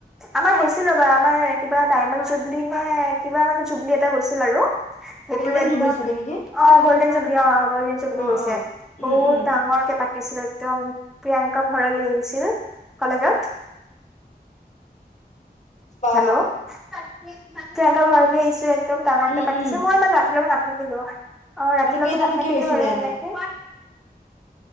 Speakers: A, in the centre; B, on the left (about 45°).
A: আমাৰ হৈছিল ৰবা আমাৰ কিবা ডায়মণ্ড জুবলি নে কিবা মানে জুবলি এটা গৈছিল আৰু সেইটো
B: গ'লডেন
A: একদম
B: জুবলিছ ছাগে নেকি।
A: অ গ'ল্ডেন জুবেলী অ গ'ল্ডেন জুবেলী
B: অ
A: গৈছে
B: অ
A: বহুত
B: উম উম
A: ডাঙৰকে পাতিছিলো একদম প্ৰিয়াংকা ভঁৰালী আহিছিল কলেজত
B: বা
A: হেল্ল' প্ৰয়ংকা ভৰালি আহিছো একম ডাঙৰকে
B: উম
A: পাতিছে।
B: উম
A: মই ইান ৰাতিলৈ লগত নাথাকিলো। অ ৰাতিলৈকে
B: মানে কেইটালৈকে
A: নাথাকিলো
B: হৈছিলে
A: আৰু ভালকে
B: এনে